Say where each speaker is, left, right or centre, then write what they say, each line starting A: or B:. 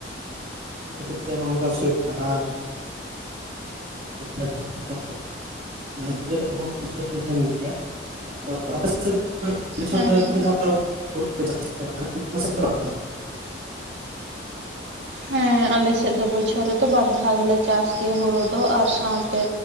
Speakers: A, on the right (about 50°); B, on the right (about 75°).
A: ᱠᱷᱟᱹᱛᱤᱨ ᱛᱮ ᱦᱚᱸ ᱚᱱᱠᱟ <unintelligible> ᱟᱨ <inaudible> <inaudible>
B: ᱦᱮᱸ ᱦᱮᱸ ᱦᱮᱸ ᱟᱞᱮ ᱥᱮᱫ ᱫᱚ ᱵᱚᱪᱷᱚᱨ ᱨᱮᱫᱚ ᱵᱟᱨ ᱫᱷᱟᱣ ᱜᱮᱞᱮ ᱪᱟᱥ ᱜᱮᱭᱟ ᱦᱳᱲᱳ ᱫᱚ ᱟᱨ ᱥᱟᱶᱛᱮ